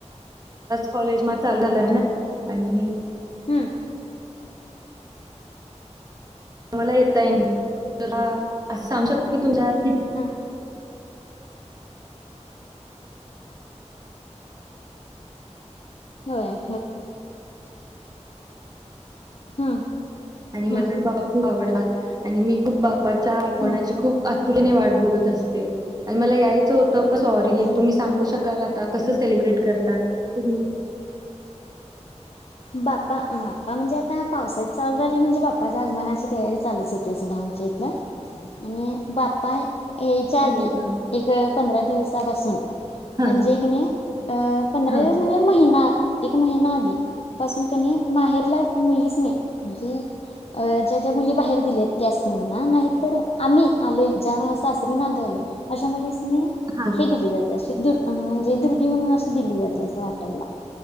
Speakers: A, on the right (about 30°); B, on the left (about 55°).
A: कॉलेज म चालू झाला आहे ना. आणि
B: हम्म.
A: मला येेता येईना, असं सांगू शकताय की तुझ्यात
B: हम्म होय. हम्म
A: आणि
B: हम्म
A: मला बाप्पा खूप आवडतात. आणि मी खूप बाप्पा बाप्पाच्या आगमनाची
B: हम्म
A: खूप आतुरतेने वाट बघत असते आणि मला यायचं होत पण सॉरी
B: हम्म
A: तुम्ही सांगू शकाल, आता कस
B: हम्म
A: सेलिब्रेट करतात. तुम्ही?
B: बाप्पा बाप्पा म्हणजे आता पावसाळीत चालू झाली म्हणजे बाप्पाच्या आगमनाची तयारी चालूच होती अस सोडा आमच्या इथलं आणि बाप्पा यायच्या आधी
A: अरे बापरे!
B: एक पंधरा दिवसात बसून.
A: हां,
B: म्हणजे की नाही अ पंधरा
A: हां,
B: दिवस म्हणजे महिना एक महिना आधी, पासून कणी माहेर ल्यात मुलीसनी, म्हणजे अ ज्या ज्या मुली बाहेर दिल्या आहेत. त्यासनी म्हणा नाहीत, तर आम्ही आलो ज्या सासर नांदाय आलोय अशा मुलीसनी
A: हां.
B: हे दिली जाते. शीदुर म्हणजे दुर्डी म्हणून अशी दिली जाते असं वाटायला.